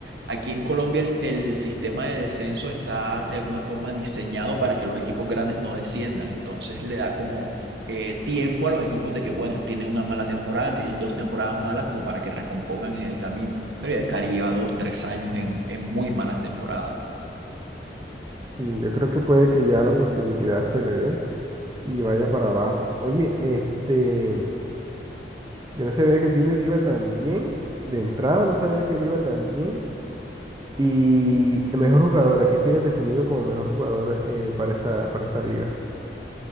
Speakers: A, on the right; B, on the right.
A: aquí en Colombia el, el sistema de descenso está de alguna forma diseñado para que los equipos grandes no desciendan, entonces le da como eh, tiempo a los equipos de que, bueno, tienen una mala temporada, tienen dos temporadas malas como para que recompongan en el camino. Pero ya el Cari lleva dos, tres años en, en muy malas temporadas.
B: sí, yo creo que puede que ya la posibilidad se le dé y vaya para abajo. Oye, este, yo no sabía que el Junior iba tan bien. De entrada no sabía que él iba tan bien. Y el mejor jugador, ¿a quién tienes definido como mejor jugador eh, para esta, para esta liga?